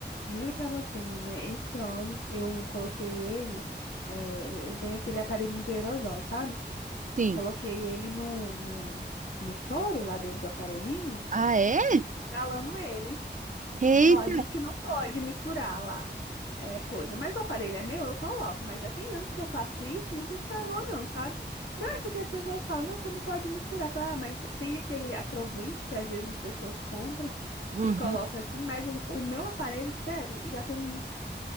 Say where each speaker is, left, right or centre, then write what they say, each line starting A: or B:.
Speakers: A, on the left (about 75°); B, on the right (about 45°).
A: Juro pra você, menina, esse óleo, eu coloquei ele, é, eu eu tenho aquele aparelhinho de aerosol, sabe?
B: Sim.
A: Coloquei ele no, no, no soro lá dentro do aparelhinho
B: Ah, é?
A: e fiquei inalando ele.
B: Eita!
A: Ó, diz que não pode misturar lá é, coisa, mas o aparelho é meu, eu coloco, mas já tem anos que eu faço isso e nunca estragou não, sabe? Não, é porque as pessoas falam, não, você não pode misturar. Fala, ah, mas tem aquele atrovente que às vezes as pessoas compram
B: Uhum.
A: e coloca assim, mas o, o meu aparelho, sério, já tem uns